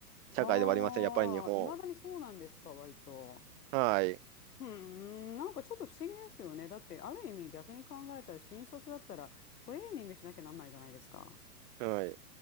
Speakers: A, on the left (about 70°); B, on the right (about 40°).
A: はあ、
B: 社会ではありません、やっぱり日本。
A: いまだにそうなんですか、割と。
B: はい、
A: うん、なんかちょっと不思議ですよね。だって、ある意味逆に考えたら、新卒だったらトレーニングしなきゃなんないじゃないですか。
B: はい、